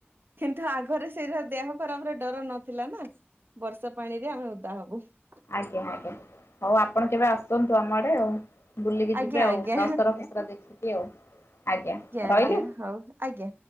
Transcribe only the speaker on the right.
କିନ୍ତୁ ଆଗରେ ସେଇଟା ଦେହ ଖରାପର ଡର ନଥିଲା ନା ବର୍ଷା ପାଣି ରେ ଆମେ ଉଦା ହବୁ ।
ଆଜ୍ଞା
ଆଜ୍ଞା
ଆଜ୍ଞା
ହଉ ଆଜ୍ଞା